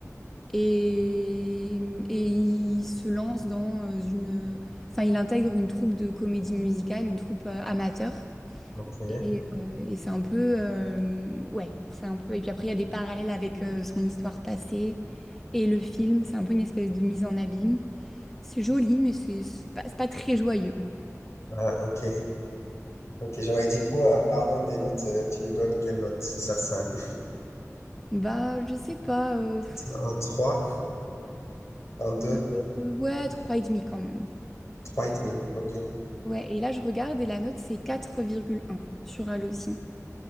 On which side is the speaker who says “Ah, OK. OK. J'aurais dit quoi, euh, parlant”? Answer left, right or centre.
Left